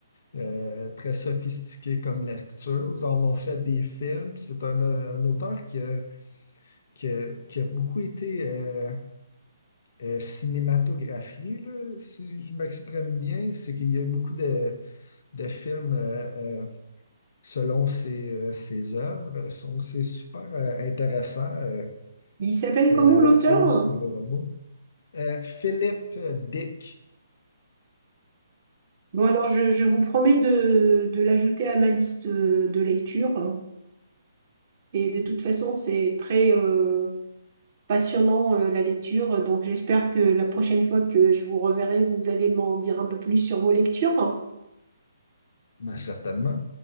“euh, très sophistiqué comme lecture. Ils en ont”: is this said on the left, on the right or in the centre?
Left